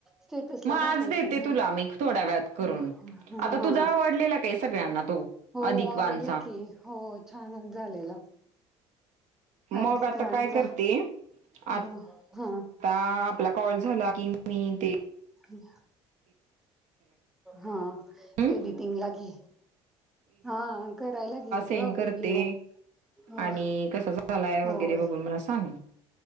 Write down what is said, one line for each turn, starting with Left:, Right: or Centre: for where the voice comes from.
Centre: स्टेटस
Right: मग
Centre: ला
Right: आज
Centre: टाकायचं
Right: देते
Centre: ना
Right: तुला मी थोड्या वेळात करून.
Centre: ह
Right: आता तुझा आवडलेला काय सगळ्यांना तो
Centre: हो
Right: अधिक वानचा.
Centre: आवडला की हो छान झालेला अधिक
Right: मग आता
Centre: वानचा
Right: काय करते आ
Centre: हो हा
Right: ता आपला कॉल झाला की मी ते
Centre: हम् हा
Right: हं
Centre: एडिटिंग ला घे हा करायला घे ग
Right: न
Centre: व्हिडिओ
Right: करते
Centre: हो
Right: आणि कंस झालाय
Centre: होय
Right: वगैरे बघून मला सांग!